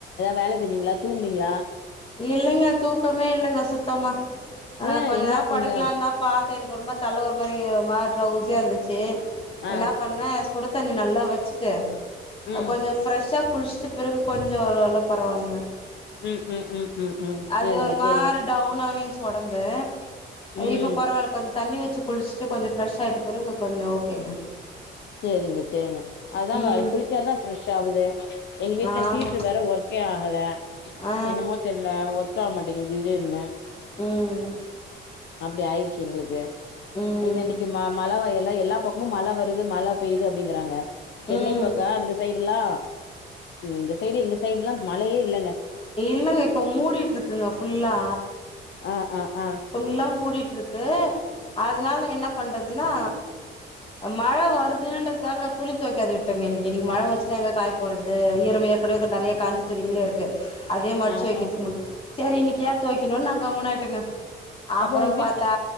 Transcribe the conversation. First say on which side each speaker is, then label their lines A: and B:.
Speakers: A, on the left (about 65°); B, on the left (about 30°).
A: வேல செஞ்சீங்களா தூங்குனீங்களா
B: இல்லைங்க தூக்கமே இல்லைங்க சுத்தமா ஆ
A: ஏ
B: கொஞ்சோ
A: என்னாச்சுங்க
B: நேரோ படுக்கலாந்தா பாத்த எனக்கு ஒரு மாரி தலை ஒரு மாரி ட்ரௌசியா இருந்துச்சு
A: ஆ
B: என்ன பண்ண சுடு தண்ணி நல்லா வச்சுட்டு
A: ம்
B: கொஞ்சோ ஃப்ரெஷ்ஷா குளிச்சுட்டு பிறகு கொஞ்சோ ஒரு வேல பரவால்லங்க
A: ம் ம் ம் ம் ம்
B: அது
A: சேரிங்க
B: ஒரு மாரி
A: சேரிங்க
B: டவுனாவே இருந்துச்சு உடம்பு
A: ம்
B: இப்ப பரவால்ல கொஞ்சோ தண்ணி வச்சு குளிச்சுட்டு கொஞ்சோ ஃப்ரஷ் ஆயிட்ட பிறகு கொஞ்சோ ஓகேங்க
A: சேரிங்க சேரிங்க அதாங்க
B: ம்
A: அது குளிச்சாதா ஃப்ரெஷ் ஆவுதே எங்க வீட்ல
B: ஆமா
A: ஹீட்ரு வேற ஒர்க்கே ஆகல
B: ஆ
A: என்னமோ தெர் ல்ல ஒர்க் ஆக மாட்டேங்கு திடிர்னு
B: ம்
A: அப்டி ஆயிடுச்சு எங்களுக்கு
B: ம்
A: இ இன்னைக்கு மா மா மழை வ எல்லா எல்லா பக்கமு மழை வருது மழை பெய்து அப்டிங்கிறாங்க சென்னை
B: ம்
A: பக்கோ அந்த சைடு எல்லா இந்த சைடு எங்க சைடு எல்லா மழையே இல்லங்க
B: இல்லங்க இப்ப மூடிட்டு இருக்குங்க ஃபுல்லா
A: ஆ ஆ ஆ
B: ஃபுல்லா மூடிட்டு இருக்கு அதனால என்ன பண்றதுன்னா மழ வருதுன்றதுக்காக நா துணி துவைக்காத விட்டேங்க இன்னைக்கு இன்னிக்கி மழை வன்சுன்னா எங்க காய போரது ஈரம் ஏற்கனவே இரு நெறைய காஞ்சத் துணிகள்ளே இருக்கு அதே மடிச்சு
A: ஆ
B: வைக்கிறதுக்கு
A: ஆ
B: முடி சேரி இன்னைக்கு ஏன் தொவைக்கணும்னு நான் கம்முனு ஆய்ட்டேங்க
A: அப்போ
B: அப்பறோ
A: உங்க
B: பாத்தா
A: வீட்ல